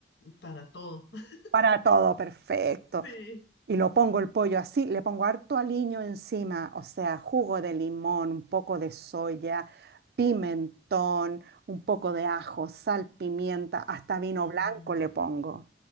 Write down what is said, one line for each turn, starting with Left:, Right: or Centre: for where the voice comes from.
Left: Para todo. <laughs>
Right: Para todo, perfecto.
Left: Sí.
Right: Y lo pongo el pollo así, le pongo harto aliño encima, o sea, jugo de limón, un poco de soya, pimentón, un poco de ajo, sal, pimienta, hasta vino
Left: ujú.
Right: blanco le pongo.